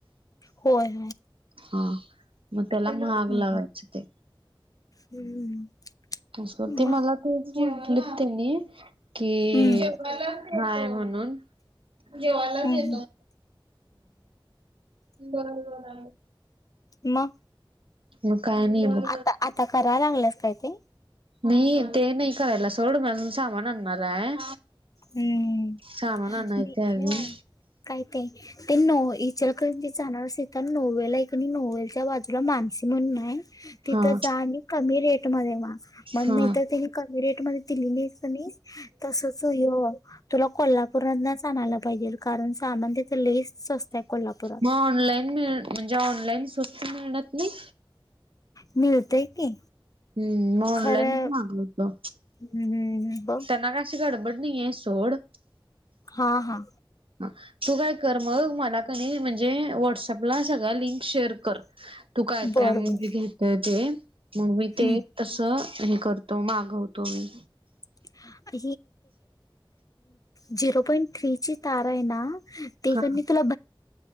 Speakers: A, on the left (about 40°); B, on the right (about 85°).
A: होय.
B: हा मग त्याला महाग
A: हम्म
B: लावायचं ते.
A: हम्म.
B: असं
A: मग
B: मला तूच म्हटलेत त्यांनी की.
A: हम्म
B: मला हाय म्हणून जेवालाच
A: हम्म
B: येतो.
A: हम्म
B: बरोबर आहे.
A: मग?
B: मग काय नाही बग.
A: आता आता करालागलंस काय ते.
B: नाही ते नाही करायला सोड, आजून सामान आणणार आहे...
A: हम्म
B: सामान आणायचंय अजून
A: <unintelligible> काय ते ते न ईचलकरंजीत जाणार असे त नववे्लाय पण नोवेलच्या बाजूला मानसी म्हणून तिथं
B: हा
A: जा आणि कमी रेटमध्ये माग. मग
B: हा.
A: नाही तर त्यानी कमी रेटमध्ये दिली नाहीत कणी तसच. तो हो तुला कोल्हापूरमधनंच आणायला पाहिजे, कारण सामान तिथं लयच स्वस्त. का कोल्हापूरत.
B: मग ऑनलाईन, मिळ म्हणजे ऑनलाईन स्वस्त मिळत नाही?
A: मिलते की.
B: हम्म मग ऑनलाईन
A: खरं
B: मागवतो.
A: हम्म. बघ
B: त्यांना काय काशी गडबड नाहीय सोड.
A: हा हा.
B: ह तू काय कर, मग मला कनी म्हणजे व्हॉट्सअपला सगळ्या लिंक शेअर कर.
A: <inaudible>
B: तू काय
A: बर
B: काय म्हणजे
A: बर
B: घेतय ते, मग मी ते
A: हम्म.
B: तसं हे करत तो मागवतो मी.
A: <unintelligible> झिरो पॉइंट थ्रीची तारा आहे ना. ते
B: हा
A: कणी तुला.